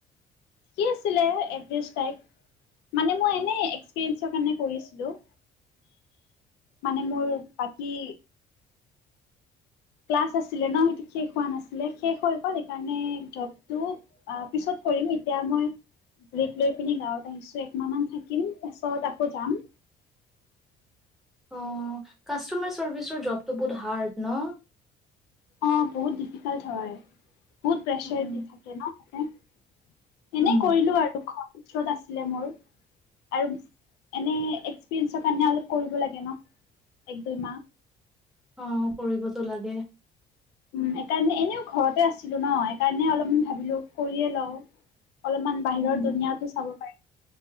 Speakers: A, on the left; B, in the centre.
A: ঠিক আছিলে এভাৰেজ টাইক মানে মই এনে এক্সপিৰিয়েঞ্চৰ কাৰণে কৰিছিলো মানে মোৰ বাকী ক্লাছ আছিলে ন সেইটো শেষ হোৱা নাছিলে শেষ হৈ গ'ল সেইকাৰণে জবটো পিছত কৰিম এতিয়া মই বেক লৈ পিনি গাঁৱত আহিছো একমাহ মান থাকিম তাছত আকৌ যাম
B: অ কাষ্টমাৰ চাৰ্ভিচৰ জবটো বহুত হাৰ্ড ন
A: অ বহুত ডিফিকাল্ট হয় বহুত প্ৰেছাৰ
B: উম,
A: দি থাকে ন উ
B: উম,
A: এনেই কৰিলো আৰু খ ওচৰত আছিলে মোৰ আৰু এনে এক্সপিৰিয়েঞ্চৰ কাৰণে অলপ কৰিব লাগে ন এক দুইমাহ
B: অ কৰিবতো লাগে
A: উ সকাৰণে এনেও ঘৰতে আছিলো ন সেইকাৰণে অলপমান ভাবিলো কৰিয়ে লওঁ অলপমান বাহিৰৰ
B: উম,
A: দুুনীয়াো চাব পাৰি